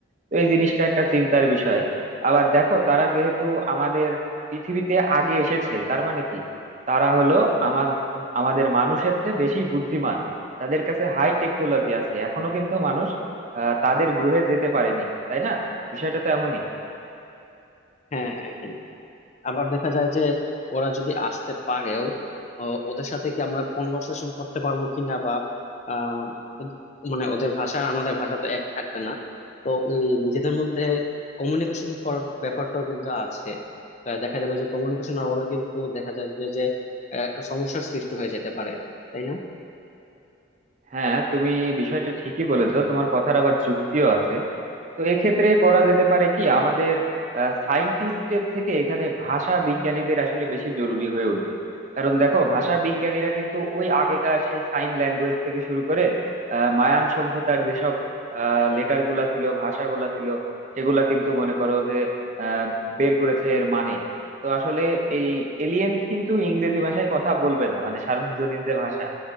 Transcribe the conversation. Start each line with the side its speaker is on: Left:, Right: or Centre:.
Right: তো এই জিনিসটা একটা চিন্তার বিষয় আবার দেখো তারা যেহেতু আমাদের পৃথিবীতে আগে এসেছে তার মানে কি তারা হলো আমার আমাদের মানুষের চেয়ে বেশি বুদ্ধিমান তাদের কাছে হাই টেকনোলজি আছে এখনো কিন্তু মানুষ আহ, তাদের গ্রহে যেতে পারেনি তাই না বিষয়টা তো এমনই
Left: হ্যাঁ হ্যাঁ হ্যাঁ আবার দেখা যায় যে ওরা যদি আসতে পারেও ও, ওদের সাথে কি আমরা কনভারসেশন করতে পারবো কিনা বা আহ, ওদ- মানে ওদের ভাষা আর আমাদের ভাষা তো এক থাকবে না তো ওই নিজেদের মধ্যে কমিউনিকেশন করার ব্যাপারটাও কিন্তু আছে আহ, দেখা যাবে যে কমিউনিকেশনের অভাবে কিন্তু দেখা যাবে যে আহ, একটা সমস্যার সৃষ্টি হয়ে যেতে পারে তাই না
Right: হ্যাঁ তুমি বিষয়টা ঠিকই বলেছো তোমার কথার আবার যুক্তিও আছে তো এক্ষেত্রে করা যেতে পারে কি আমাদের সায়েন্টিস্টের থেকে এখানে ভাষা বিজ্ঞানীদের আসলে বেশি জরুরি হয়ে উঠবে কারণ দেখো ভাষা বিজ্ঞানীরা কিন্তু ওই আগেকার সেই সাইন ল্যাঙ্গুয়েজ থেকে শুরু করে আহ, মায়ান সভ্যতার যেসব লেটার গুলা ছিল ভাষাগুলা ছিল সেগুলা কিন্তু মনে করো যে আহ, বের করেছে এর মানে তো আসলে এই এলিয়েন কিন্তু ইংরেজি ভাষায় কথা বলবে না মানে সার্বজনীন যে ভাষা